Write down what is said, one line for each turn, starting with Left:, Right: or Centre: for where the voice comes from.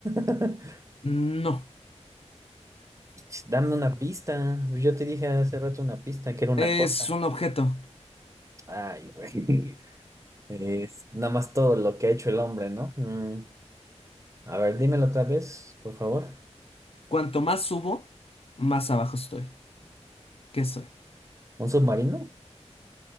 Right: <laughs>
Left: No,
Right: Ch, Dame una pista. Pues, Yo te dije hace rato una pista, que era una
Left: es
Right: cosa.
Left: un objeto.
Right: Ay, güey. <laughs> Es nada más todo lo que ha hecho el hombre, ¿no? Mm, A ver, dímelo otra vez, por favor.
Left: Cuanto más subo, más abajo estoy. ¿Qué soy?
Right: ¿Un submarino?